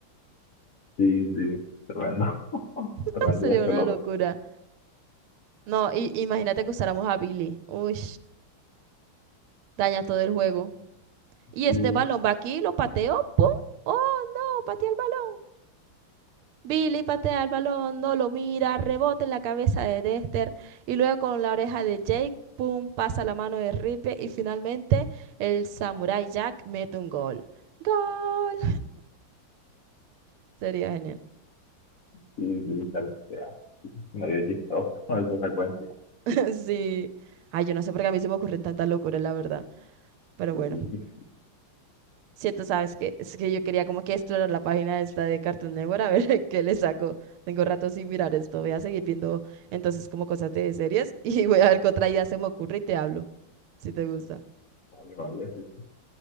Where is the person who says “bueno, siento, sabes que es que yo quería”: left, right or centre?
Right